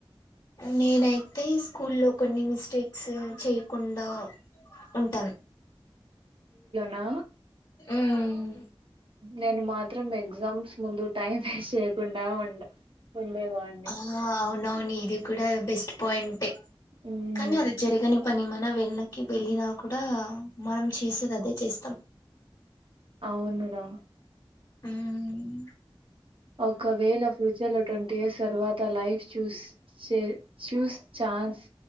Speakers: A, on the left; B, on the right.
A: నేనైతే స్కూల్లో కొన్ని మిస్టేక్స్ చేయ్కుండా ఉంటాన్.
B: నా
A: మ్మ్
B: నేను మాత్ మాత్రం ఎగ్జామ్స్ ముందు టైం వేస్ట్ చెయ్యకుండా ఉండ ఉండేవాడిని
A: ఆ అవునవును ఇది కూడా బెస్ట్ పాయింటే
B: ఉమ్
A: కానీ అది జరిగని పని మన వెనక్కి వెళ్ళినా కూడా మనం చేసేది అదే చేస్తాం.
B: అవును రా.
A: ఉమ్
B: ఒకవేళ ఫ్యూచర్లో ట్వంటీ ఇయర్స్ తర్వా లైఫ్ చూస్ చే చూస్ ఛాన్స్